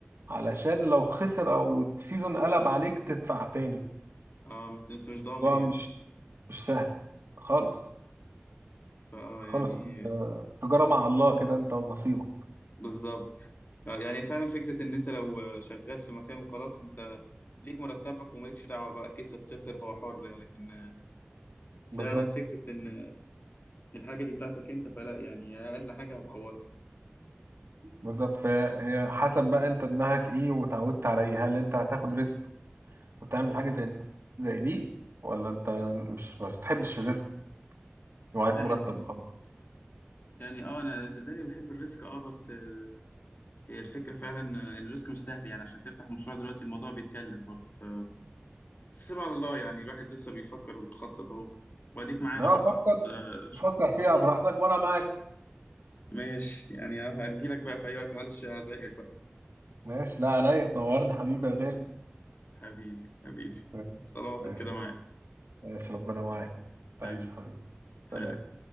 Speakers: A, on the right; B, on the left.
A: علشان لو خسر او السيزون قلب عليك تدفع تاني
B: اه انت أنت مش
A: الموضوع
B: ضامن يعني
A: مش مش سهل خالص
B: فاه
A: خالص
B: يعني
A: آه، تجارة مع الله كده انت ونصيبك
B: بالظبط آه، يعني فعلا فكرة إن أنت لو شغال في مكان وخلاص أنت ليك مرتبك ومالكش دعوة بقى كسب خسر هو حر يعني لكن آه، فعلا
A: بالظبط
B: فكرة إن الحاجة دي بتاعتك أنت فلا يعني أقل حاجة هتعورك
A: بالظبط فهي حسب بقى انت دماغك ايه وتعودت على ايه هل انت هتاخد ريسك وتعمل حاجة زي زي دي ولا انت مش ما بتحبش الريسك وعايز
B: لا يعني
A: مرتب وخلاص
B: يعني أه أنا صدقني بحب الريسك أه بس آه، هي الفكرة فعلا آه، الريسك مش سهل يعني عشان تفتح مشروع دلوقتي الموضوع بيتكلف برضه ف سيب على الله يعني الواحد لسه بيفكر وبيخطط أهو وأديك معانا
A: لا
B: برضه
A: فكر
B: ناخد آه،
A: فكر فيها
B: مشورتك
A: براحتك وانا معاك
B: ماشي يعني أه هرجيلك بقى في أي وقت معلش هزعجك بقى
A: ماشي لا عينيا تنورني حبيبي يا غالي
B: حبيبي حبيبي
A: طيب،
B: صلواتك
A: ماشي
B: كده معايا
A: ماشي ربنا معاك تعيش
B: حبيبي
A: حبيبي سلام
B: سلام